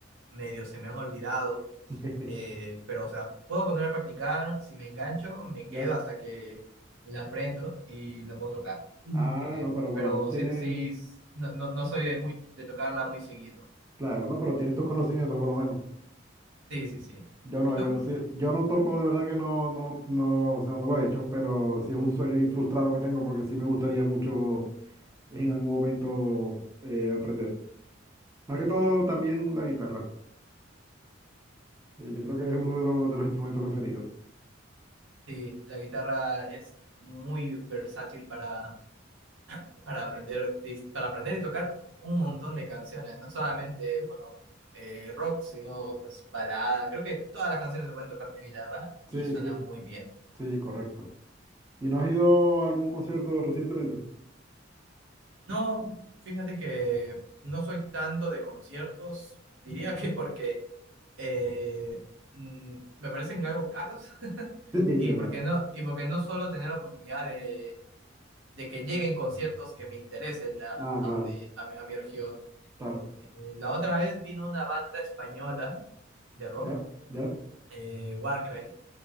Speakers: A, on the right; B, on the right.
A: medio se me han olvidado,
B: <laughs>
A: eh, pero, o sea, puedo poner a practicar, si me engancho, me
B: ya.
A: quedo hasta que la aprendo y la puedo tocar. Mm.
B: Ah,
A: Eh,
B: no, pero por
A: pero
B: lo menos tienes,
A: sí, sí, s- no, no, no soy de, muy, de tocarla muy seguido.
B: claro, no, pero tienes tus conocimientos por lo menos.
A: Sí, sí, sí.
B: Yo no,
A: ¿Y tú?
B: yo, sí- yo no toco, de verdad que no, no, no, o sea, no lo he hecho, pero sí es un sueño ahí frustrado que tengo porque sí me gustaría mucho en algún momento eh, aprender. Más que todo también la guitarra. Eh, yo creo que es uno de los, de los instrumentos preferidos.
A: Sí, la guitarra es muy versátil para, para aprender, dis- para aprender y tocar un montón de canciones, no solamente, bueno, eh, rock, sino pues balada. Creo que todas las canciones se pueden tocar con guitarra
B: Sí,
A: y suena
B: sí,
A: muy bien.
B: sí, correcto. ¿Y no has ido a algún concierto recientemente? <laughs>
A: No, fíjate que no soy tanto de conciertos, diría que porque eh, mm, me parecen algo caros <laughs>
B: Sí, de
A: y
B: verdad.
A: porque no, y porque no solo tener la oportunidad de, de que lleguen conciertos que me interesen a,
B: Ah, claro,
A: a donde, a mi a mi región
B: claro.
A: Eh, la otra vez vino una banda española de rock,
B: Ya, ya,
A: eh, Warcry,